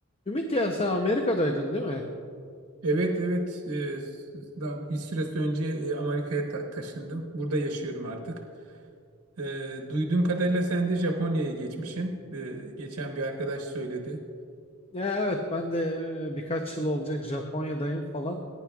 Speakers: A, on the left; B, on the right.
A: Ümit ya sen Amerika'daydın değil mi?
B: Evet evet Ee, s- daha bir süre önce e, Amerika'ya ta- taşındım. Burada yaşıyorum artık. Ee, duyduğum kadarıyla sen de Japonya'ya geçmişsin. Ee, geçen bir arkadaş söyledi.
A: Ya evet ben de e, birkaç yıl olacak Japonya'dayım falan.